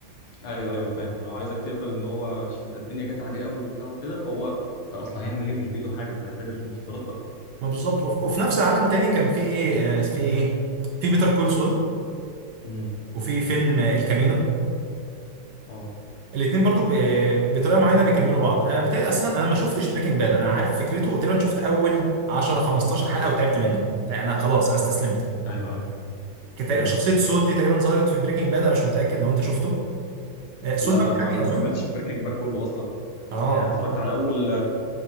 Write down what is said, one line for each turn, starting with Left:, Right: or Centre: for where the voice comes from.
Left: ايوه ايوه فاهم لو عايزك تقبل ان هو عشان ده الدنيا جت عليه قوي وبتاع وكده فهو ده اصلا هيعمل ايه مش بايده حاجه فهيتاجر في المخدرات بقى
Right: ما بالظبط وف- وفي نفس العالم تاني كان في آه، في ايه في بيتر كول سول
Left: امم
Right: وفي فيلم آه، الكامينو
Left: اه
Right: الاثنين برضو ب- بطريقه معينه بيكملوا بعض انا بتهيألي اصلا انا ما شفتش بريكنج باد انا عارف فكرته وتقريبا شفت اول 10 15 حلقه وتعبت منه يعني انا خلاص انا استسلمت
Left: ايوه ايوه
Right: كان تقريبا
Left: امم
Right: شخصيه سول دي تقريبا ظهرت في بريكنج باد انا مش متاكد لو انت شفته آه، سلطة
Left: لا لا
Right: محامي
Left: ما انا ما
Right: اظن
Left: كملتش بريكنج باك كله اصلا
Right: اه
Left: يعني اتفرجت على اول